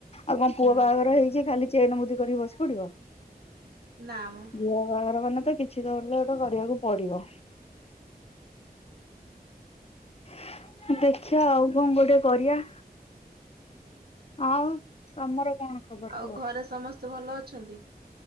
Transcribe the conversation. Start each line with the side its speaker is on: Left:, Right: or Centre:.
Left: ଆଉ କଣ ପୁଅ
Right: ହୁଁ
Left: ବାହାଘର ହେଇଛି ଖାଲି ଚେନ ମୁଦି କରିକି ବସି ପଡିବ।
Right: ନା ମ।
Left: ଝିଅ ବାହାଘର ମାନେ ତ କିଛି ଗୋଟେ କରିବାକୁ ପଡିବ। ଦେଖିବା ଆଉ କଣ ଗୋଟେ କରିଆ ଆଉ ତମର କଣ? ଖବର
Right: ଆଉ
Left: କୁହ
Right: ଘରେ ସମସ୍ତେ ଭଲ ଅଛନ୍ତି?